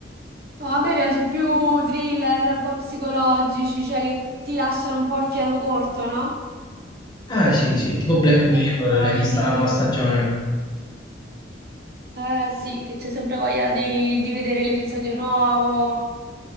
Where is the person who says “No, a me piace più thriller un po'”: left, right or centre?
Right